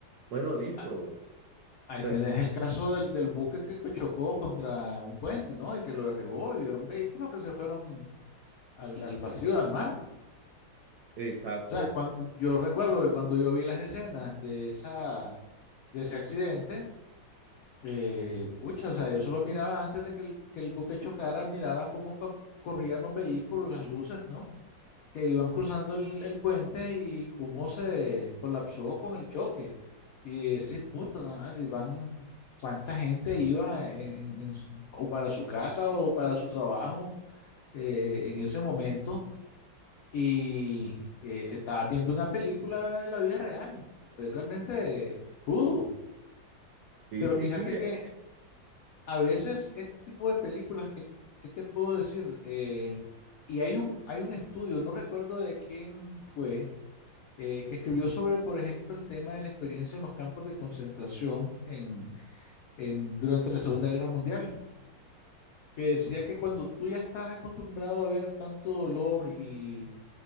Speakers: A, on the right (about 75°); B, on the left (about 80°).
A: bueno, listo,
B: a- ahí
A: pues,
B: tenés el caso del, del buque que chocó contra un puente, ¿no? Y que lo derribó y eran vehículos que se fueron al, al vacío, al mar.
A: exacto.
B: O sea, cuando, yo recuerdo que cuando yo vi las escenas de, esa, de ese accidente, Eh, pucha, o sea, yo solo miraba antes de que el, que el buque chocara, miraba cómo co- corrían los vehículos, las luces, ¿no? Que iban cruzando el, el puente y cómo se colapsó con el choque. Y decís, puta, nada, si van, cuánta gente iba en- en en su- o para su casa o para su trabajo eh, en ese momento. Y eh, estaba viendo una película de la vida real. Fue realmente crudo.
A: Sí,
B: Pero
A: sí,
B: fíjate
A: sí, es.
B: que
A: que-
B: a veces este tipo de películas, que qué te puedo decir? Eh, y hay un, hay un estudio, no recuerdo de quién fue, eh, que escribió sobre, por ejemplo, el tema de la experiencia en los campos de concentración en, en, durante la Segunda Guerra Mundial, que decía que cuando tú ya estás acostumbrado a ver tanto dolor y,